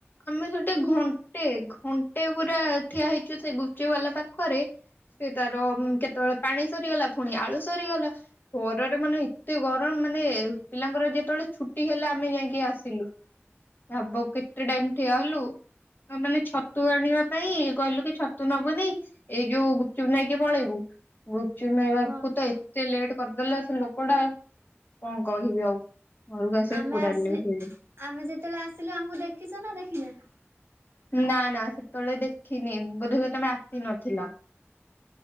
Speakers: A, on the left; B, on the right.
A: ଆମେ ସେଠି
B: ହୁଁ
A: ଘଣ୍ଟେ ଘଣ୍ଟେ ପୁରା ଠିଆ ହେଇଛୁ ସେ ଗୁପଚ ବାଲା ପାଖରେ। ସେ ତାର କେତେବେଳେ ପାଣି ସରିଗଲା ପୁଣି ଆଳୁ ସରିଗଲା। ପରରରେ ମାନେ ଏତେ ଗରମ ମାନେ ପିଲାଙ୍କର ଯେ ଯେତେବେଳେ ଛୁଟି ହେଲେ ଆମେ ଯାଇକି ଆସିଲୁ। ଭାବ କେତେ ଟାଇମ ଠିଆ ହେଲୁ ମାନେ ଛତୁ ଆଣିବା ପାଇଁ କହିଲୁ କି ଛତୁ ନବୁନି ଏଇ ଯୋଉ ଗୁପଚୁପ ନାଇଁକି ପଳେଇବୁ। ଗୁଚୁ ନେଇବାକୁ
B: ହଁ
A: ତ ଏତେ ଲେଟ୍ କରିଦେଲା ସେ ଲୋକ ଟା କଣ କହିବି ଆଉ। ଘରକୁ ଆସିବାକୁ
B: ଆମେ
A: ପୁରା
B: ଆସି
A: ଲେଟ୍ ହେଇଗଲା
B: ଆମେ ଯେତେବେଳେ ଆସିଲୁ ଆମକୁ ଦେଖିଛ ନା ଦେଖିନା।
A: ନା ନା ସେତେବେଳେ ଦେଖିନି ବୋଧେ ବି ତମେ ଆସି ନଥିଲ।